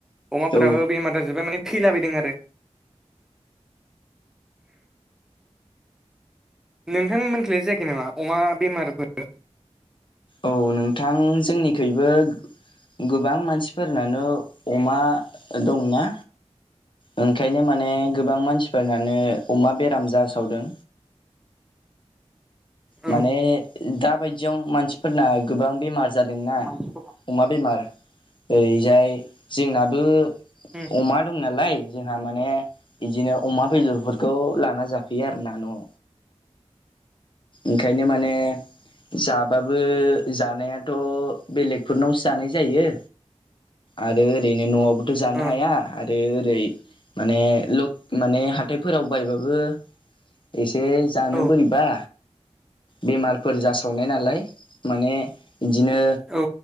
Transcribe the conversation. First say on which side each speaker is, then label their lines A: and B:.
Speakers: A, in the centre; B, on the left.
A: अमाफोराबो
B: औ
A: बेमार जाजोब्बाय माने थैलाबाय दों आरो। नोंथां मोनथिलाय जायाखै नामा अमा बेमारफोर
B: औ नोंथां जोंनिखइबो गोबां मानसिफोरनानो अमा दंना ओंखायनो माने गोबां मानसिफोरनानो अमा बेराम जासावदों।
A: औ
B: माने दा बायदियाव मानसिफोरना गोबां बेमार जादोंना।
A: उम
B: अमा बेमार ओरैजाय जोंनाबो
A: उम
B: अमा दं नालाय जोंहा माने बिदिनो अमा बेदरफोरखौ लाना जाफैयो आरो ना न'आव। ओंखायनो माने जाबाबो जानायाथ' बेलेगफोरनावसो जानाय जायो। आरो ओरैनो न'आवबोथ' जानो
A: औ
B: हाया। आरो ओरै माने ल माने हाथायफोराव बायबाबो एसे जानो
A: औ
B: बोरैबा। बेमारफोर जासावनाय नालाय माने बिदिनो।
A: औ।